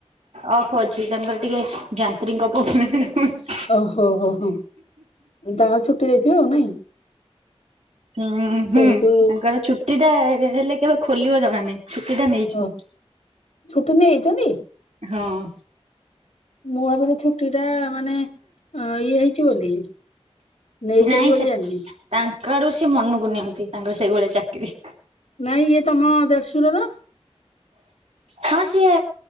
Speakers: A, on the right; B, on the left.
A: ଅଫ୍ ଅଛି ତାଙ୍କର ଟିକେ ଯାନ୍ତ୍ରୀଙ୍କ ପ୍ରୋବ୍ଲେମେ ପଚ୍
B: ଓହୋ, ହୋ ହଁ ତାଙ୍କ ଛୁଟି ଦେଇଥିବ ନାଇଁ?
A: ହୁଁ,
B: ସେ
A: ହୁଁ
B: ହେତୁ
A: <inaudible> ସେଇଟା ଯେ ହେଲେ କେବେ ଖୋଲିବ ଜଣା ନାହିଁ, ଛୁଟି ଟା ନେଇଛନ୍
B: ଓ ଛୁଟି ନେଇଛନ୍ତି?
A: ହଁ।
B: ମୁଁ ଭାବିନି ଛୁଟି ଟା ମାନେ ଅଁ, ଇଏ ହେଇଛି ବୋଲି। ନେଇଛନ୍ତି
A: ନାଇଁ
B: ବୋଲି
A: ସେ
B: ଜାଣିନି
A: ତାଙ୍କ ଆଡୁ ସିଏ ମନକୁ ନିଅନ୍ତି ତାଙ୍କର ସେଇଭଳିଆ ଚାକିରି।
B: ନାଇଁ ଇଏ ତମ ଦେଢ଼ସୁରର?
A: ହଁ ସିଏ